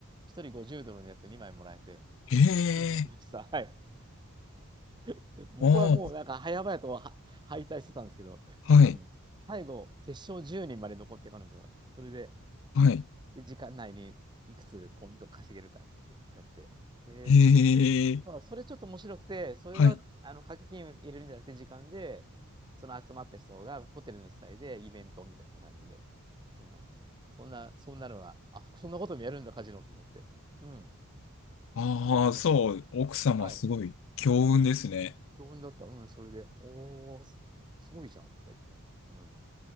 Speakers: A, on the right (about 20°); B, on the left (about 60°).
A: 1人50ドルのやつ2枚もらえて、
B: へえ。
A: 見に行きました。はい。<laughs> 僕はもう、
B: おー。
A: なんか、早々とは敗退してたんですけど、
B: はい。
A: うん。最後、決勝10人まで残って、彼女が。それで、
B: はい。
A: 時間内にいくつポイント稼げるかっつってやって、へえーっつって
B: へえ。
A: そうそれちょっと面白くて、それはあの掛け金を入れるんじゃなくて、
B: はい。
A: 時間で、その集まった人がホテルの主催でイベントみたいな感じで。うん。そんな、そんなのは、あ、そんなこともやるんだ、カジノと思って。うん。
B: ああ、
A: 結構面白かっ
B: そう、奥様すごい強運ですね。
A: た。はい。興奮だった。うん、それで、おー、すすごいじゃんとか言ってね。うん。